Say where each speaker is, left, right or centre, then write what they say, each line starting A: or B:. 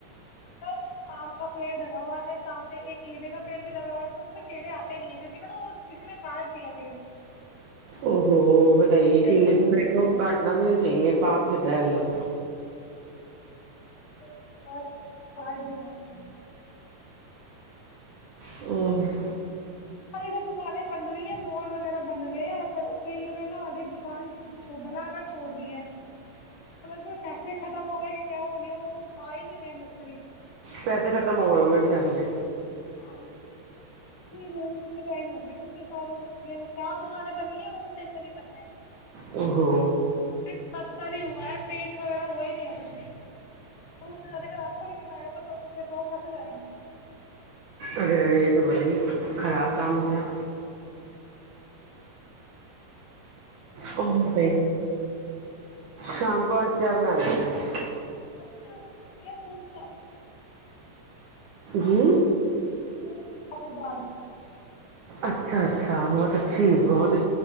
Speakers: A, on the left (about 50°); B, on the right (about 80°).
A: بس آم کا پیڑ لگا ہوا ہے سامنے ایک کیلے کا پیڑ بھی لگا ہوا ہے ب تو کیلے آتے نہیں ہے جوہ نا وہ کسی نے کاٹ دیا پیڑ
B: ا ہو بتائیے
A: ایک
B: کہے
A: گھر لگا
B: کا پھر
A: ہوا
B: تو
A: ہے۔
B: کاٹنا بھی تو یہ پپ دیتا ہے اللہ
A: <inaudible> پد ج <inaudible>
B: اورو <inaudible>
A: ساری تو دکانیں بن رہی ہیں مال وغیرہ بن رہے ہیں پر کئی ان نے نہا آدھی دکان بنا کر چھوڑ دی ہے مط پیسے ختم ہو گ گ کیا ہو گیا وہ آ ہی نہیں رہے مت قریب
B: پیسے ختم ہو گؤ گے بچاروں کے
A: ہاںم ہو گیاچھ ب وہ چار دکانیں بنی ہے وہ تو صیح سے نہیں بنی ہے
B: او ہو
A: سسہ بھی ہوا ہے پینٹ وغیرہ ہوا ہی نہیں ہے کچھ بھی تو جانے کا راستہ بھی نہیں بیا دو کس جائیں گے
B: ارے ریٹ بڑا ہی خراب کام ہو گیا کم پ شام کونچ کیا بنا رہی ہیں آج
A: مری م ستا
B: ہی
A: ن کے سابو ڈال
B: اچھا اچھا بہت اچھی بہت ہی